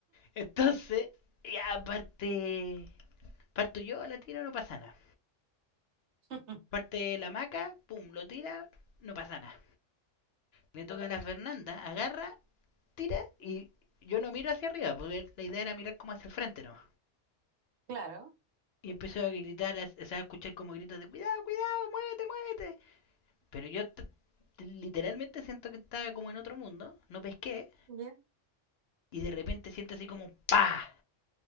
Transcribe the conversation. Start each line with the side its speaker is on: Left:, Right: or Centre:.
Left: Entonces, ya parte... Parto yo, la tiro, no pasa nada.
Right: <laughs>
Left: Parte la maca, pum, lo tira, no pasa nada. Le toca a la Fernanda, agarra, tira y yo no miro hacia arriba, porque la idea era mirar como hacia el frente, ¿no?
Right: Claro,
Left: Y empezó a gritar, a- o sea, a escuchar como gritos de cuidado, cuidado, muévete, muévete. Pero yo literalmente siento que estaba como en otro mundo, no pesqué.
Right: ¿Ya?
Left: y de repente siente así como un pa